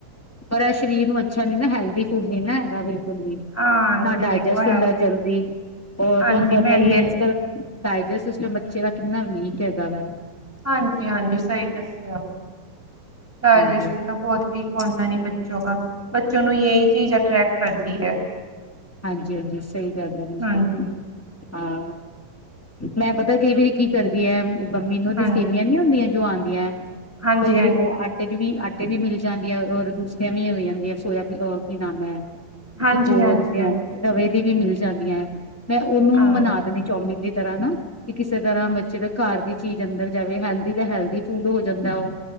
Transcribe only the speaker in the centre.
ਹਾਂਜੀ
ਦੇਖੋ ਹੈ
ਹਾਂਜੀ
ਮਹਿੰਦੇ
ਨੇ।
ਹਾਂਜੀ-ਹਾਂਜੀ ਸਈ ਦੱਸਿਆ ਡਾਇਜੈਸ਼ਨ
ਤਾਂ ਬੋਹਤ ਵੀਕ ਹੁੰਦਾ ਨੀ ਬੱਚੋ ਕਾ ਬੱਚੋ ਨੂੰ ਯੇਈ ਚੀਜ਼ ਅਟਰ੍ਰੈਕਟ ਕਰਤੀ ਹੈ।
ਹਾਂਜੀ
ਹਾਂਜੀ
ਹਾਂਜੀ
ਹਾਂਜੀ
ਹਾਂਜੀ
ਹਾਂਜੀ
ਹਾਂਜੀ
ਹਾਂਜੀ